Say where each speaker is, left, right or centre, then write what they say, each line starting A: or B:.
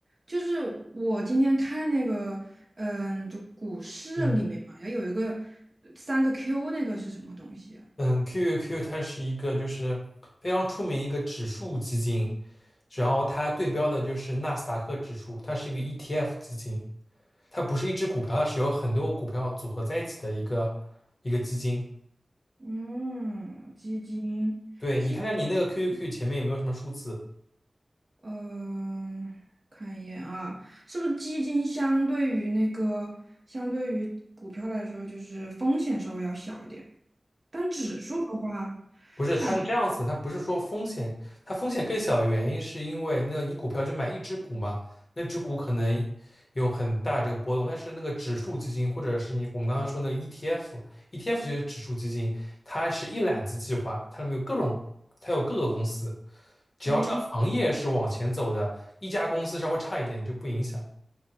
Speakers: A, on the right; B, on the left.
A: 就是我今天看那个，嗯，就股市里面嘛，
B: 嗯
A: 要有一个呃三个 Q，那个是什么东西啊？
B: 嗯，QQQ 它是一个就是非常出名一个指数基金，然后它对标的就是纳斯达克指数，它是一个 ETF 基金，它不是一只股票，它是有很多股票组合在一起的一个一个基金。
A: 嗯，基金，
B: 对，
A: 基，
B: 你看看你那个 QQQ 前面有没有什么数字？
A: 嗯、看一眼啊，是不是基金相对于那个，相对于股票来说，就是风险稍微要小一点，但指数的话，
B: 不是，
A: 指，
B: 它是这样子，它不是说风险，它风险更小的原因是因为那个你股票就买一只股嘛，那只股可能有很大这个波动，但是那个指数基金或者是你我们刚刚说那个 ETF，ETF 就是指数基金，它是一揽子计划，它里面有各种，它有各个公司，只要这个行业是往前走的，
A: 嗯
B: 一家公司稍微差一点就不影响。